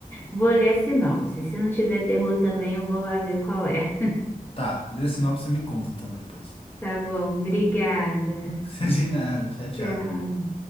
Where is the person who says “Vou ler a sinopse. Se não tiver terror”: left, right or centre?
Left